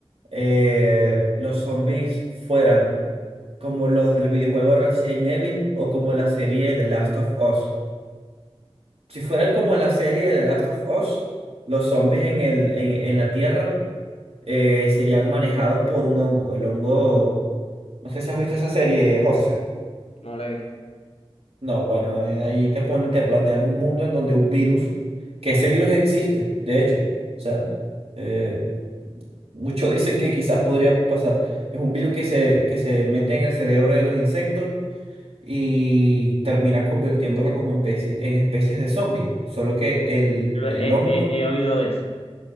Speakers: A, on the right; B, on the left.
A: eh, los zombies fueran como los del videojuego Resident Evil o como la serie The Last of Us. Si fueran como la serie de The Last of Us, los zombies en el, en, en la Tierra eh, serían manejados por un hongo. El hongo, no sé si has visto esa serie, José.
B: No la he visto.
A: No, bueno, eh, ahí te ponen, te plantean un mundo en donde un virus, que ese virus existe, de hecho. O sea, eh, muchos dicen que quizás podría pasar. Es un virus que se, que se mete en el cerebro de los insectos y termina convirtiéndola como en especie, en especies de zombie. Solo que el,
B: Lo
A: el
B: he,
A: hongo,
B: he- he oído de eso.